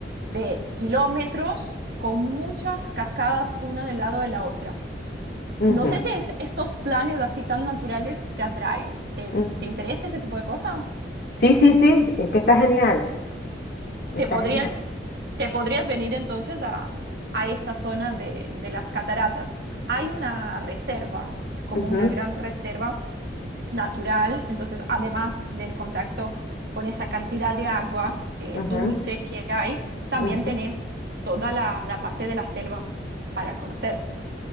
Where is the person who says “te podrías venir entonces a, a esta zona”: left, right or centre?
Right